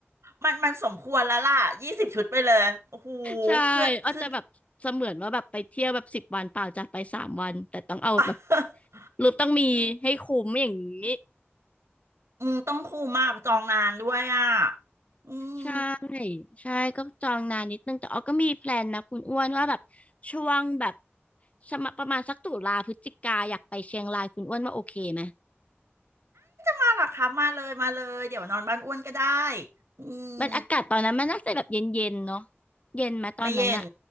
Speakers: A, on the right; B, on the left.
A: มันมันสมควรแล้วล่ะยี่สิบชุดไปเลยโอ้โห
B: ใช่อ้อจะแบบเสมือนว่าแบบไปเที่ยวแบบสิบวันเปล่าจะไปสามวันแต่ต้องเอาแบบ
A: ขึ้นขึ้น <laughs>
B: รูปต้องมีให้คุ้มอย่างนี้
A: อืมต้องคูมมากจองนานด้วยอ่ะอืม
B: ใช่ใช่ก็จองนานนิดนึงแต่ออก็มีแพลนนะคุณอ้วนว่าแบบช่วงแบบสมะประมาณสักตุลาพฤศจิกาอยากไปเชียงรายคุณอ้วนว่าโอเคไหม
A: มาหรอครับมาเลยมาเลยเดี๋ยวนอนบ้านอ้วนก็ได้อืม
B: มันอากาศตอนนั้นมันน่าจะแบบเย็นๆนเนาะเย็นไหมตอนนั้นอะ
A: ไม่เย็น